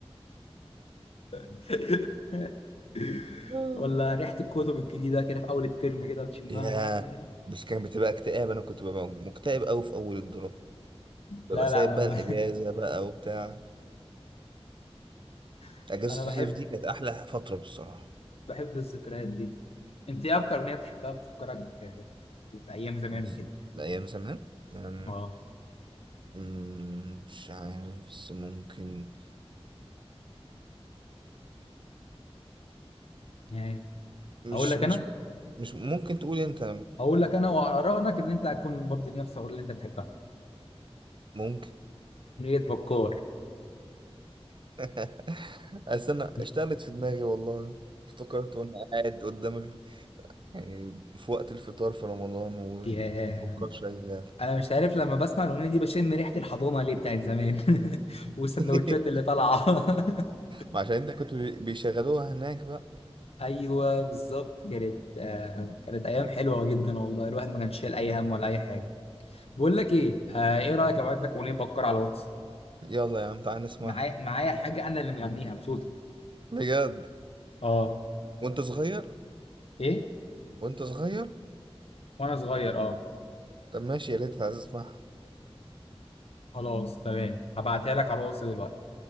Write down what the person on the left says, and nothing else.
<laughs>
ولا ريحة الكتب الجديدة كده في أول الترم كده بتشمها
ياه
لا
لا انا
ب...
<laughs>
انا بحب
بحب الذكريات دي انت ايه اكتر اغنيه بتحبها بتفكرك بايام زمان
وكده
اه
يعني
اقول لك
انا
اقول لك انا وارائك ان انت هتكون برضه نفس الاغنيه اللي انت بتحبها
اغنيه بكار
<laughs>
يا
انا مش عارف لما بسمع الاغنيه دي بشم ريحه الحضانه ليه بتاعت زمان <laughs> والسندوتشات
اللي طالعه <laughs>
ايوه بالظبط كانت آه، كانت ايام حلوه جدا والله الواحد ما كانش شايل اي هم ولا اي حاجه بقول لك ايه آه ايه رايك ابعت لك اغنيه بكر على الواتس
معايا معايا حاجه انا اللي مغنيها بصوتي
اه
ايه
وانا صغير اه
خلاص تمام هبعتها لك على الواتس دلوقتي